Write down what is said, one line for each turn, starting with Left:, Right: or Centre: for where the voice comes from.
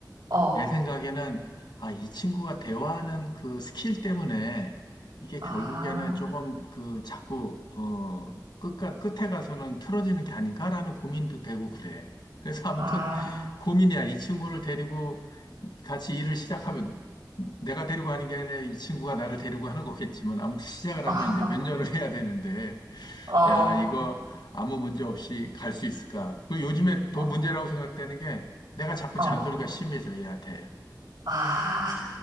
Right: 어,
Left: 내 생각에는 아, 이 친구가 대화하는 그 스킬 때문에 이게
Right: 아,
Left: 결국에는 조금 그 자꾸 어 끝가 끝에 가서는 틀어지는 게 아닌가라는 고민도 되고 그래. 그래서 아무튼
Right: 아,
Left: 고민이야. 이 친구를 데리고 이- 같이 일을 시작하면 내가 데리고 하는 게 아니라 이 친구가 나를 데리고 하는 거겠지만 아무튼 시작을
Right: <laughs>
Left: 하면 이제 몇 년을 해야 되는데
Right: 어,
Left: 야, 이거 아무 문제 없이 갈 수 있을까? 그리고 요즘에 더
Right: 어,
Left: 문제라고 생각되는 게 내가 자꾸
Right: 어,
Left: 잔소리가 심해져, 얘한테.
Right: 아.